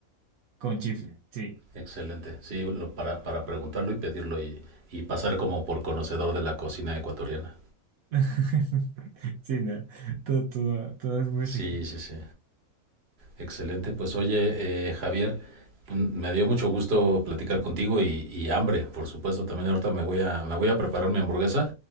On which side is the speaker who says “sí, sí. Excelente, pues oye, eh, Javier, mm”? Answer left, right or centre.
Right